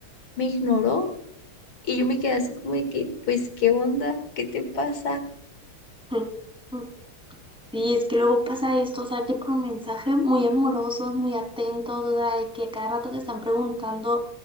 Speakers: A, on the left; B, in the centre.
A: me ignoró y yo me quedé así como de que, pues, ¿qué onda? ¿Qué te pasa?
B: Mm, mm. Y es que luego pasa esto, o sea, que por un mensaje muy amorosos, muy atentos, o sea, de que a cada rato te están preguntando